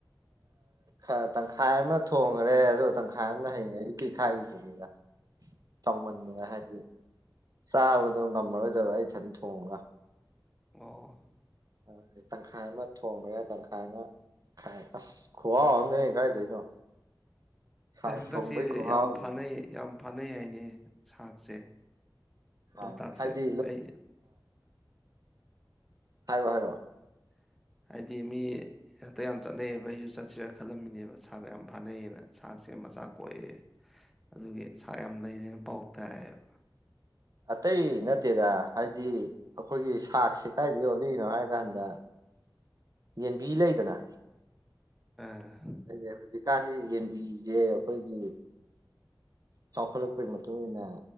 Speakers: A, on the right; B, in the centre.
A: ꯑꯥ ꯇꯪꯈꯥꯏ ꯑꯃ ꯊꯣꯡꯉꯔꯦ ꯑꯗꯨꯒ ꯇꯪꯈꯥꯏ ꯑꯃꯅ ꯍꯌꯦꯡ ꯑꯌꯨꯛꯀꯤ ꯈꯥꯛꯏ ꯑꯗꯨꯅꯤꯗ ꯆꯥꯎꯃꯟꯗꯅ ꯍꯥꯏꯗꯤ ꯆꯥꯕꯗꯣ ꯉꯝꯃꯔꯣꯏꯗꯕ ꯑꯩ ꯏꯊꯟ ꯊꯣꯡꯉꯒ
B: ꯑꯣ
A: ꯑ ꯇꯪꯈꯥꯏ ꯑꯃ ꯊꯣꯡꯉꯥꯒ ꯇꯪꯈꯥꯏꯅꯥꯏ ꯑꯁ ꯈ꯭ꯍꯥꯎꯉ ꯑꯝꯅꯤꯍ‌ꯦ ꯀꯥꯏꯗꯩꯅꯣ ꯁꯥꯛ
B: ꯑꯩ ꯍꯟꯗꯛꯁꯦ
A: ꯊꯣꯡꯕꯩ ꯈꯨꯍꯥꯎꯁꯤ
B: ꯌꯥꯝ ꯐꯥꯅꯩ ꯌꯥꯝ ꯐꯅꯩ ꯍꯥꯏꯅꯤ ꯁꯥꯥꯛꯁꯦ ꯂꯣꯛꯇꯥꯛꯁꯦ
A: ꯑꯥ ꯍꯥꯏꯗꯤ
B: ꯑꯩ
A: ꯍꯥꯏꯣ ꯍꯥꯏꯔꯣ
B: <inaudible> ꯍꯥꯏꯗꯤ ꯃꯤ ꯍꯟꯇꯛ ꯌꯥꯝ ꯆꯠꯅꯩꯌꯦꯕ ꯑꯩꯁꯨ ꯆꯠꯁꯤꯔꯥ ꯈꯜꯂꯝꯃꯤꯅꯦꯕ ꯁꯥꯥꯛ ꯌꯥꯝ ꯐꯥꯅꯩꯌꯦꯅ ꯁꯥꯥꯛꯁꯦ ꯃꯆꯥ ꯀꯣꯛꯑ ꯑꯗꯨꯒꯤ ꯁꯥꯛ ꯌꯥꯝ ꯂꯩꯔ‌ꯦꯅ ꯄꯥꯎ ꯇꯥꯏꯕ
A: ꯑꯇꯩ ꯅꯠꯇꯦꯗ ꯍꯥꯏꯗꯤ ꯑꯩꯈꯣꯏꯒꯤ ꯁꯥꯛꯁꯦ ꯀꯥꯏꯗ ꯌꯣꯜꯂꯤꯅꯣ ꯍꯥꯏ ꯏꯟꯗ ꯌꯦꯟꯕꯤ ꯂꯩꯗꯅ
B: ꯑꯥ
A: ꯑꯩꯖ‌ꯦ ꯍꯧꯖꯤꯛꯀꯥꯟꯗꯤ ꯌꯦꯟꯕꯤꯁꯦ ꯑꯩꯈꯣꯏꯒꯤ ꯆꯥꯎꯈꯠꯂꯛꯄꯒꯤ ꯃꯇꯨꯡꯏꯟꯅ